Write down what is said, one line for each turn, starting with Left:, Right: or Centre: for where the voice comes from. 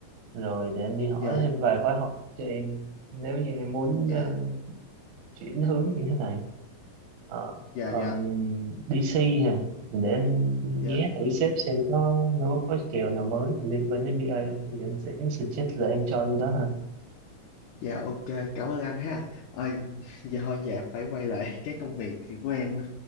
Right: rồi để em đi hỏi
Left: giờ
Right: thêm vài khóa học cho em nếu như em muốn
Left: giờ
Right: ờ, chuyển hướng như thế này Ờ,
Left: giờ
Right: còn
Left: giờ
Right: DC hả thì để em
Left: giờ
Right: nhé thử sếp xem có nó có kèo nào mới liên quan đến BA không thì em sẽ suggest là em cho vô đó ha
Left: Dạ ok, cảm ơn anh ha. Ờ, giờ thôi dạ em phải quay lại <laughs> cái công việc của em